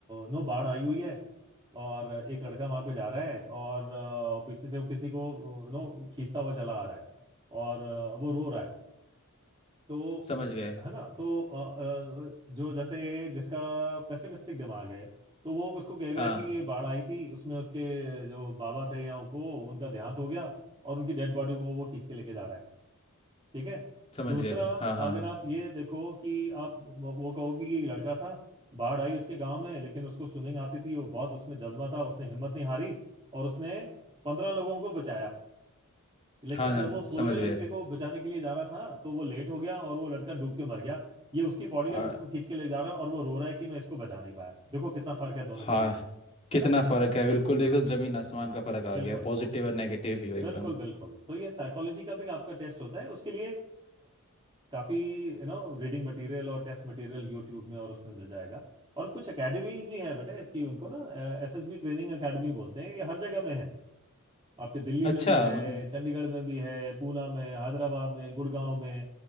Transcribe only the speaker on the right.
नो बाढ़ आई हुई है और एक लड़का वहां पे जा रहा है और अ, पीछे से वो किसी को नो खींचता हुआ चला आ रहा है और अ, वो रो रहा है तो
है ना तो अ, अ, जो जैसे जिसका पेसिमिस्टिक दिमाग है तो वो उसको कहेगा
कि ये बाढ़ आई थी उसमें उसके जो बाबा थे या उनको उनका देहांत हो गया और उनकी डेड बॉडी को वो खींच के लेके जा रहा है ठीक है
दूसरा
अगर आप ये देखो कि आप वो वो कहोगे कि ये लड़का था बाढ़ आई उसके गांव में लेकिन उसको स्विमिंग आती थी वो बहुत उसमें जज्बा था उसने हिम्मत नहीं हारी और उसने पंद्रह लोगों को बचाया लेकिन
जब वो सोलहवें
लड़के
को बचाने के लिए जा रहा था तो वो लेट हो गया और वो लड़का डूब के मर गया ये उसकी बॉडी
का जिसको खींच के ले जा रहा है और वो रो रहा है कि मैं इसको बचा नहीं पाया देखो कितना फर्क है दोनों
के बीच में
है ना
हाँ
बिल्कुल
बिल्कुल बिल्कुल तो ये साइकोलॉजी का भी आपका टेस्ट होता है उसके लिए अ, काफी यू नो रीडिंग मटेरियल और टेस्ट मटेरियल यूट्यूब में और उसमें मिल जाएगा और कुछ एकेडमीज भी हैं बेटा इसकी उनको ना एसएसबी ट्रेनिंग एकेडमी बोलते हैं ये हर जगह में है आपके दिल्ली
में भी है
चंडीगढ़ में भी है पूना में हैदराबाद में गुड़गांव में